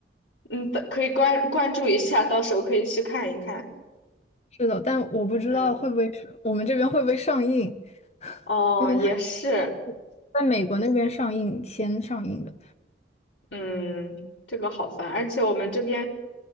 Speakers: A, on the left; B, on the left.
A: 嗯，可以关关注一下，到时候可以去看一看。
B: 是的，但我不知道会不会是我们这边会不会上映，
A: 嗯。哦，
B: 因为他
A: 也是，
B: 他是在美国那边上映先上映的。
A: 嗯，这个好烦，而且我们这边